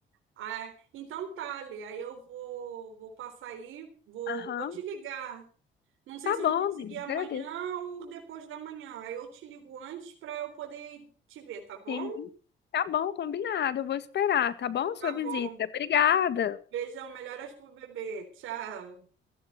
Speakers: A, on the right; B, on the left.
A: Ah, é. Então tá, Lê, aí eu vou, vou passar aí, vou,
B: Aham,
A: vou te ligar. Não sei
B: tá
A: se eu
B: bom,
A: vou conseguir
B: amiga,
A: amanhã
B: agradeço.
A: ou depois da manhã. Aí eu te ligo antes para eu poder ir te ver, tá bom?
B: Sim, tá bom, combinado. Eu vou esperar, tá bom? Sua
A: Tá bom.
B: visita. Obrigada.
A: Beijão, melhoras pro bebê. Tchau.